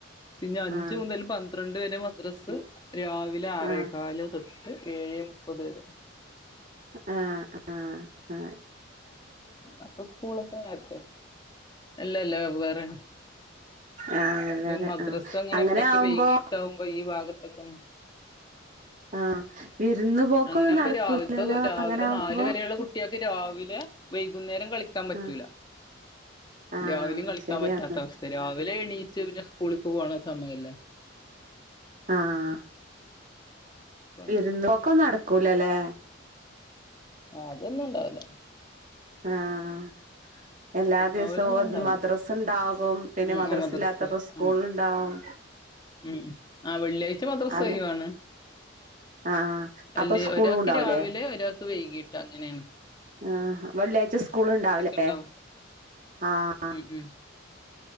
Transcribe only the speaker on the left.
പിന്നെ അഞ്ച്
മുതൽ പന്ത്‌ ന്ത്രണ്ട് വരെ മദ്രസ് രാവിലെ ആറേകാല്
തൊട്ട് ഏഴെ മുപ്പത് വരെ
അപ്പൊ സ്കൂളൊക്കെ നേര്ത്തെ അല്ലല്ല വേവ്വേറേണ്
ഇപ്പീ
മദ്രസഅങ്ങനെ
ഇവ്ടക്കെ
വൈകീട്ടാവുമ്പോ ഈ ഭാഗത്തൊക്കെ ഉം
അങ്ങനാവുമ്പോ
രാവിൽത്തത് രാവിലെ
ന്നാല് വരേള്ള കുട്ട്യാക്ക് രാവിലെ വൈ വൈകുന്നേരം കളിക്കാൻ പറ്റൂല
രാവിലിം കളിക്കാൻ
പറ്റാത്ത അവസ് സ്ഥ രാവിലെ എണീച്ച് പിന്നെ ഉസ്കൂളി പോവാണ് സമയല്ലാ
അപ്പം
ആഹ് അതൊന്നുംണ്ടാവൂലാ
വിരുന്നോവലൊന്നും
ഉണ്ടാവൂല
ഉം
ആ മദ്രസ
ഉം ഉം ആഹ് വെള്ളിയാഴ്ച മദ്രസൊയിവാണ്
അല്ലേ
ഒരാക്ക്
രാവിലെ ഒരാക്ക് വൈകീട്ട് അങ്ങനേണ്
ഉണ്ടാവും
ഉം ഉം